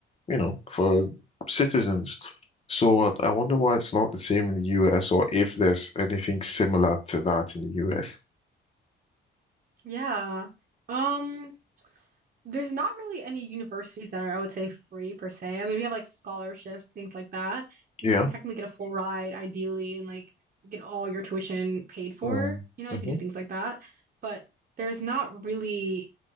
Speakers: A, on the left; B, on the right.
A: you know, for citizens. So I, I wonder why it's not the same in the US or if there's anything similar to that in the US.
B: Yeah. Um, there's not really any universities that are, I would say, free per se. I mean, we have like scholarships, things like that. You
A: Yeah.
B: can technically get a full ride, ideally, and like get all your tuition paid for.
A: Mm.
B: You know,
A: hmm
B: you can do things like that. But there's not really